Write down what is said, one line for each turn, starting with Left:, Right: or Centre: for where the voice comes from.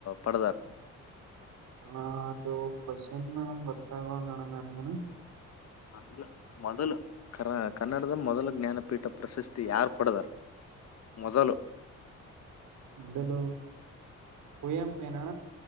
Left: ಪಡದಾರ.
Right: ಹ ಅದು ಕ್ವಶನ್ ಗೊತ್ತಾಗ್ವಲ್ದಣ ನನಗೂನು.
Left: ಇಲ್ಲ ಮೊದಲು ಕರ್ ಕನ್ನಡದ ಮೊದಲ ಜ್ಞಾನಪೀಠ ಪ್ರಶಸ್ತಿ ಯಾರು ಪಡದಾರ ಮೊದಲು.
Right: ಮೊದಲು ಕುವೆಂಪೆನಣ.